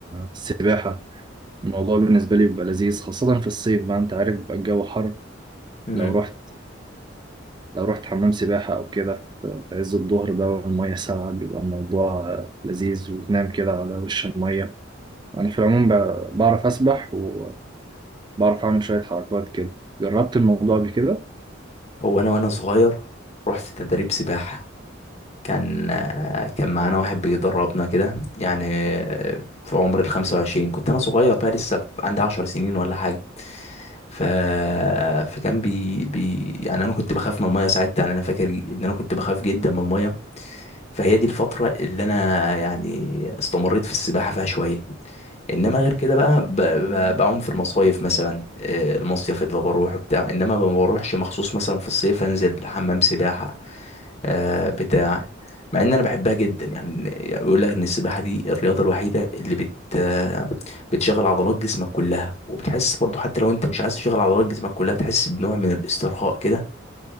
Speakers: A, on the right; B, on the left.
A: السباحة الموضوع بالنسبة لي بيبقى لذيذ خاصة في الصيف بقى أنت عارف بيبقى الجو حر
B: مم.
A: لو رحت لو رحت حمام سباحة أو كده في في عز الظهر بقى والمية ساقعة بيبقى الموضوع لذيذ وتنام كده على وش المية أنا في العموم ب- بعرف أسبح وبعرف أعمل شوية حركات كده جربت الموضوع قبل كده
B: هو انا وانا صغير رحت تدريب سباحه كان آه، كان معانا واحد بيدربنا كده يعني آه، في عمر الخمسة وعشرين كنت أنا صغير بقى لسه عندي عشر سنين ولا حاجة ف... فكان بي... بي... يعني انا كنت بخاف من الميه ساعتها يعني انا فاكر ج- ان انا كنت بخاف جدا من الميه فهي دي الفتره اللي انا يعني استمريت في السباحه فيها شويه انما غير كده بقى ب... ب... بعوم في المصايف مثلا آه، المصيف اللي بروح وبتاع انما ما بروحش مخصوص مثلا في الصيف انزل حمام سباحه آه بتاع مع ان انا بحبها جدا يعني بيقول لك ان السباحه دي الرياضه الوحيده اللي بت آه، بتشغل عضلات جسمك كلها وبتحس برضو حتى لو انت مش عايز تشغل عضلات جسمك كلها بتحس بنوع من الاسترخاء كده